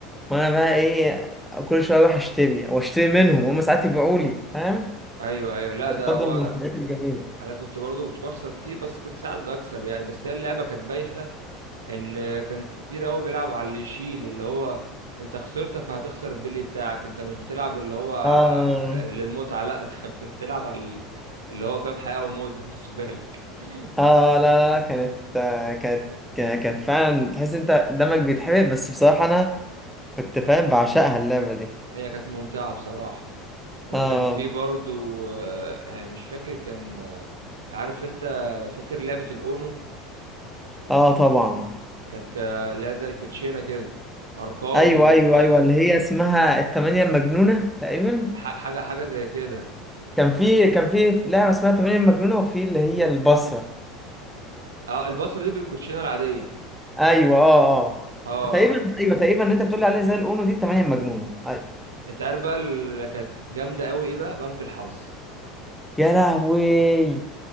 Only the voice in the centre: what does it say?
وانا بقى ايه كل شويه اروح اشتري او اشتري منهم هم ساعات يبيعوا لي فاهم
برضه
من الحاجات الجميله
اه
اه لا لا لا كانت آه، كانت كا- كانت فعلا تحس انت دمك بيتحرق بس بصراحه انا كنت فاهم بعشقها اللعبه دي
اه
اه طبعا
ايوه
ايوه ايوه اللي هي اسمها التمانية المجنونه تقريبا
كان في كان في لعبة اسمها 8 مجنونة وفي اللي هي البصرة
ايوه اه اه
آه. تقريبا
ايوه تقريبا اللي انت بتقول عليه زي الاونو دي 8 مجنونة ايوه
يا لهوي